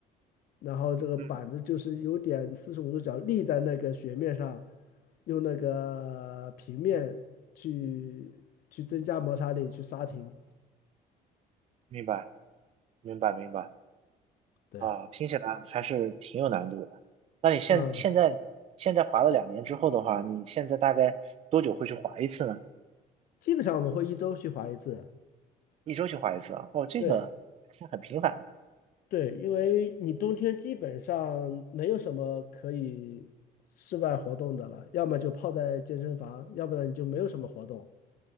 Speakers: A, on the left; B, on the right.
A: 然后这个板子就是有点四十五度角立在那个雪面上，
B: 嗯，
A: 用那个平面去去增加摩擦力去刹停。
B: 明白明白明白。
A: 对，
B: 啊，听起来还是挺有难度的。那你现现在现在滑了两年之后的话，
A: 嗯，
B: 你现在大概多久会去滑一次呢？
A: 基本上我们会一周去滑一次。
B: 一周去滑一次啊？哦，这个还是很频繁的。
A: 对。对，因为你冬天基本上没有什么可以室外活动的了，要么就泡在健身房，要不然你就没有什么活动。